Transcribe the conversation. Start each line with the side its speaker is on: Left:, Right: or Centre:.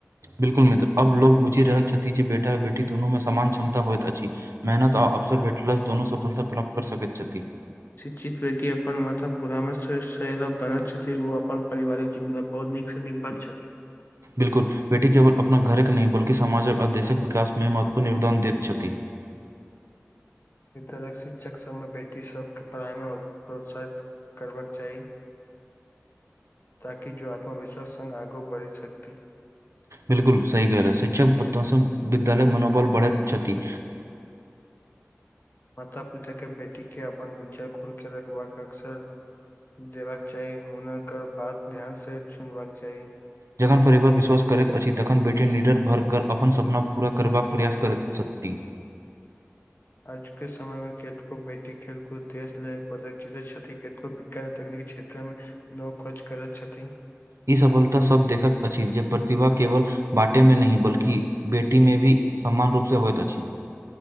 Right: बिल्कुल मित्र अब लोग बुझि रहल छथि जे बेटा बेटी दुनू मे समान क्षमता होइत अछि। मेहनत आ अवसर भेठलो स दोनो सफलता प्राप्त कर सकैत छथि।
Left: शिक्षित बेटी अपन माता बूढ़ा मे सैहरा बनैत छथि ओ अपन पारिवारिक मतलब बहुत नीक से नीक बात छथि।
Right: बिल्कुल बेटी केवल अपना घरक नहि बल्कि सामाजिक आ देशक विकासमे महत्वपूर्ण योगदान दैत छथि
Left: विद्यालय शिक्षक सबमे बेटी सबके पढ़ाइमे प्रोत्साहित करबक चाही ताकि जो आत्मविश्वास संग आगू बढ़ि सकती
Right: बिल्कुल सही कहल छै शिक्षक प्रति विद्यालय मनोबल बढ़ैत छथि।
Left: माता पिता के बेटी के अपन विचार खुल के रखबाक अक्सर देबाक चाही हुनकर बात ध्यान से चुनबाक चाही।
Right: जखन परिवर विश्वास करैत अछि तखन बेटी निडर भर कर अपन सपना पूरा करबाक करैत सकती
Left: आजुके समय मे खेत को बैठी खेलकूद देश लहर पदक चीज छथि केतो ब तकनीकी क्षेत्र मे वो खोज करैत छथि
Right: ई सफलता सब देखत अछि जे प्रतिभा केवल बाटे मे नहि बल्कि बेटी मे भी समान रूप से होइत अछि